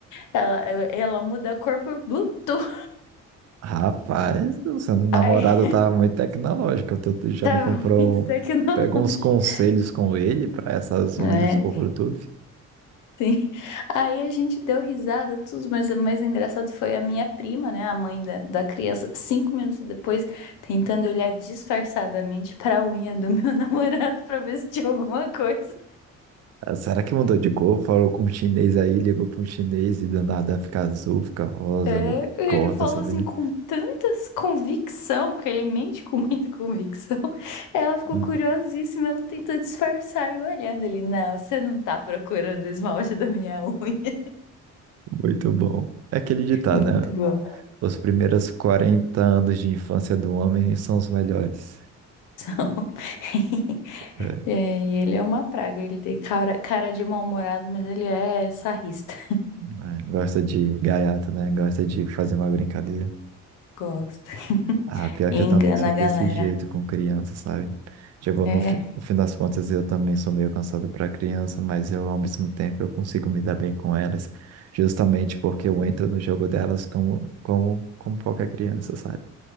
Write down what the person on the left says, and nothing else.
Ela, ela muda a cor por Bluetooth.
Aí
<laughs>
tava
muito tecnológico.
É,
sim. Aí a gente deu risada, tudo, mas o mais engraçado foi a minha prima, né, a mãe da, da criança, cinco minutos depois, tentando olhar disfarçadamente pra unha do meu <laughs> namorado pra ver se tinha alguma coisa.
É,
ele falou
assim com tantas convicção, que ele mente com muita convicção. <laughs> Ela ficou
curiosíssima, ela tentou disfarçar e olhando ele, não, você não tá procurando o esmalte da minha unha.
Muito
bom.
<laughs>
É, e ele é uma praga, ele tem cara, cara de mal-humorado, mas ele é sarrista.
Gosto.
<laughs>
Engana
a
galera.
É,